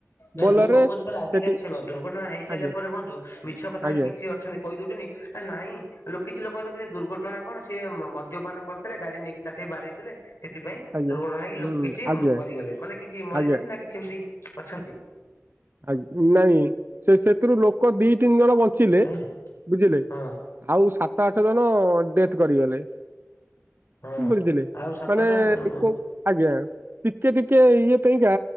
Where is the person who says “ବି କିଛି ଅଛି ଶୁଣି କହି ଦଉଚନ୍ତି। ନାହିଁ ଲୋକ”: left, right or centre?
Left